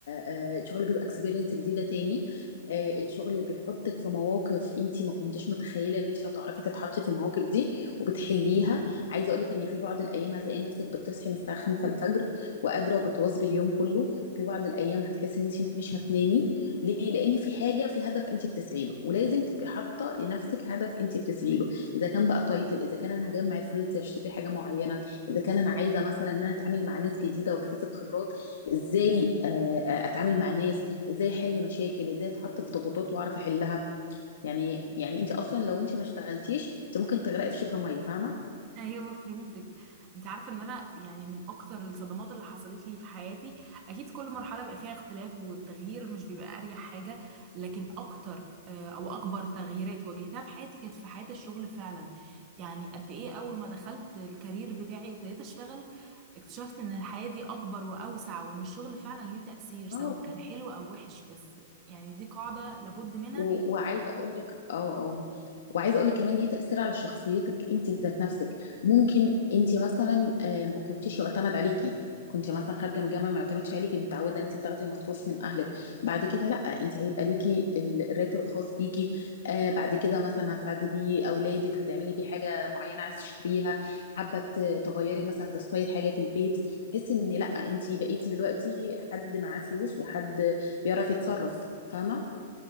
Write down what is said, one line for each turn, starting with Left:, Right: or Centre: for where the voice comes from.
Left: آه، الشغل بيبقى اكسبيرينس جديده تاني آه، الشغل بيحطك في مواقف انت ما كنتيش متخيله ان انت هتعرفي تتحطي في المواقف دي وبتحليها عايزه اقول لك ان في بعض الايام هتلاقي نفسك بتصحي من الساعه 5 الفجر وقادره وبتواظبي اليوم كله في بعض الايام هتحسي ان انت مش هتنامي ليه لان في حاجه في هدف انت بتسعي له ولازم تبقي حاطه لنفسك هدف انت بتسعي له اذا كان بقى تايتل اذا كان انا هجمع الفلوس دي اشتري حاجه معينه اذا كان انا عايزه مثلا ان انا اتعامل مع ناس جديده واكتسب خبرات ازاي آه، آه، اتعامل مع ناس ازاي احل مشاكل ازاي اتحط في ضغوطات واعرف احلها يعني يعني انت اصلا لو انت ما اشتغلتيش انت ممكن تغرقي في شبر ميه فاهمه
Right: ايوه فهمتك انت عارفه ان انا يعني من اكتر الصدمات اللي حصلت لي في حياتي اكيد كل مرحله بيبقى فيها اختلاف والتغيير مش بيبقى اريح حاجه لكن اكتر آه، او اكبر تغييرات واجهتها في حياتي كانت في حياه الشغل فعلا يعني قد ايه اول ما دخلت الكارير بتاعي وابتديت اشتغل اكتشفت ان الحياه دي اكبر واوسع وان الشغل فعلا ليه تاثير سواء
Left: اه
Right: كان حلو او وحش بس يعني دي قاعده لابد منها
Left: و- وعايزه اقول لك اه اه وعايزه اقول لك كمان ليه تاثير على شخصيتك انت ذات نفسك ممكن انت مثلا آه، ما كنتيش يعتمد عليكي كنت مثلا خارجه من الجامعه ما يعتمدش عليكي متعوده ان انت بتاخدي مصروف من اهلك بعد كده لا انت هيبقى ليكي ال- الراتب الخاص بيكي آه بعد كده مثلا هتساعدي بيه اولادك هتعملي بيه حاجه معينه عايز تشتريها حابه ت- تغيري مثلا في ستايل حاجه في البيت تحسي ان لا انت بقيتي دلوقتي حد معاه فلوس وحد بيعرف يتصرف فاهمه